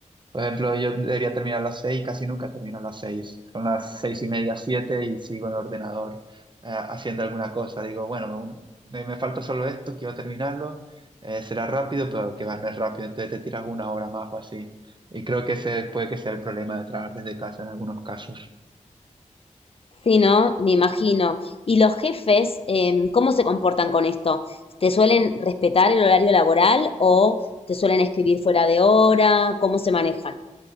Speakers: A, on the right; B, on the left.
A: Por ejemplo, yo debería terminar a las seis, casi nunca termino a las seis. Son las seis y media, siete y sigo en el ordenador eh, haciendo alguna cosa. Digo, bueno, un- me, me falta solo esto, quiero terminarlo. eh, será rápido, pero que va, no es rápido. Entonces te tiras una hora más o así. Y creo que ese puede que sea el problema de trabajar desde casa en algunos casos.
B: sí, ¿no? Me imagino. ¿Y los jefes, eh, cómo se comportan con esto? ¿Te suelen respetar el horario laboral o te suelen escribir fuera de hora? ¿Cómo se manejan?